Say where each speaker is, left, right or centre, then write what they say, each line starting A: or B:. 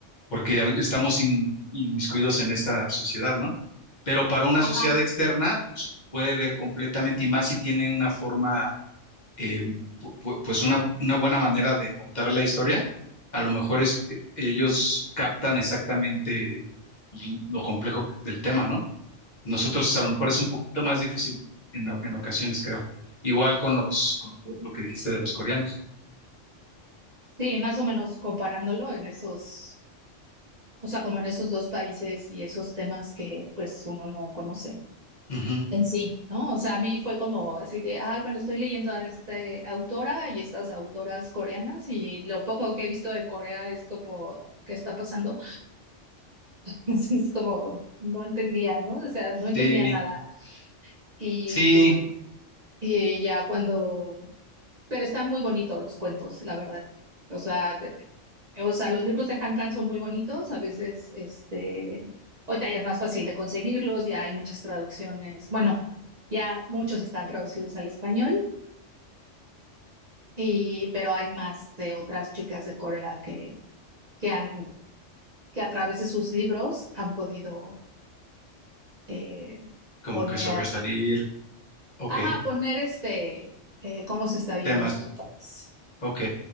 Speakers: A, on the left; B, on the right.
A: Porque al- estamos in- inmiscuidos en esta sociedad, ¿no? Pero para una
B: Ajá,
A: sociedad externa, pues puede ver completamente y más si tiene una forma eh, pu- pues una, una buena manera de contar la historia. A lo mejor es, eh, ellos captan exactamente lo complejo del tema, ¿no? Nosotros a lo mejor es un poquito más difícil en, o- en ocasiones, creo. Igual con los, con lo, lo que dijiste de los coreanos.
B: sí, más o menos comparándolo en esos, o sea, como en esos dos países y esos temas que pues uno no conoce
A: Ujú.
B: en sí, ¿no? O sea, a mí fue como así de, ay, bueno, estoy leyendo a esta eh, autora y estas autoras coreanas y lo poco que he visto de Corea es como, ¿qué está pasando? <laughs> Entonces Es como, no entendía, ¿no? O sea,
A: Sí,
B: no entendía nada. Y,
A: sí,
B: y ya cuando pero están muy bonitos los cuentos, la verdad. O sea, de- o sea, los libros de Han Kang son muy bonitos, a veces, este, ahorita ya es más fácil de conseguirlos, ya hay muchas traducciones, bueno, ya muchos están traducidos al español, y, pero hay más de otras chicas de Corea que, que han, que a través de sus libros han podido eh,
A: como
B: poner,
A: que sobresalir. Ok,
B: ajá, poner este, eh, cómo se está viviendo
A: temas.
B: en su país.
A: Ok.